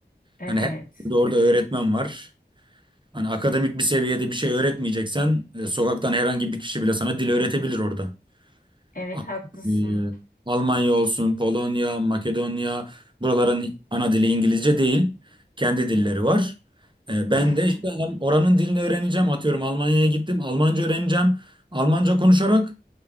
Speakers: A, on the left (about 50°); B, on the right (about 25°).
A: Evet.
B: Hani her yerde orada öğretmen var. Hani akademik bir seviyede bir şey öğretmeyeceksen e, sokaktan herhangi bir kişi bile sana dil öğretebilir orada.
A: Evet
B: Ama,
A: haklısın.
B: e, Almanya olsun, Polonya, Makedonya buraların ana dili İngilizce değil. Kendi dilleri var. E, Ben
A: Hı hı.
B: de işte hem oranın dilini öğreneceğim. Atıyorum Almanya'ya gittim. Almanca öğreneceğim. Almanca konuşarak